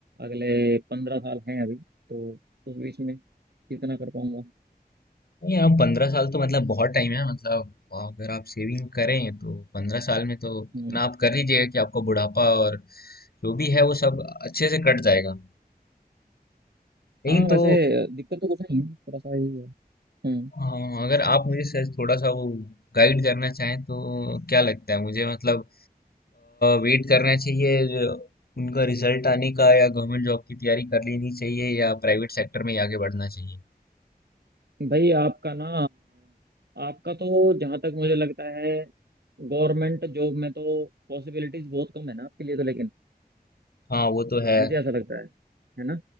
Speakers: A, on the right; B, on the left.
A: अगले पंद्रह साल हैं अभी तो उस बीच में कितना कर पाऊंगा
B: नहीं अब पंद्रह साल तो मतलब बहुत टाइम है मतलब आ, अगर आप सेविंग करें तो पंद्रह साल में तो
A: हम्म
B: इतना आप कर लीजिएगा कि आपको बुढ़ापा और जो भी है वो सब अच्छे से कट जाएगा लेकिन
A: हाँ वैसे
B: तो
A: दिक्कत तो कुछ नहीं है थोड़ा सा ही है हम्म
B: आ, अगर आप मुझे सर थोड़ा सा वो गाइड करना चाहें तो क्या लगता है मुझे मतलब वेट करना चाहिए जो उनका रिजल्ट आने का या गवर्नमेंट जॉब की तैयारी कर लेनी चाहिए या प्राइवेट सेक्टर में ही आगे बढ़ना चाहिए
A: भाई आपका ना आपका तो जहाँ तक मुझे लगता है गवर्नमेंट जॉब में तो पॉसिबिलिटीज बहुत कम है ना आपके लिए तो लेकिन
B: हाँ वो तो है
A: मुझे ऐसा लगता है है ना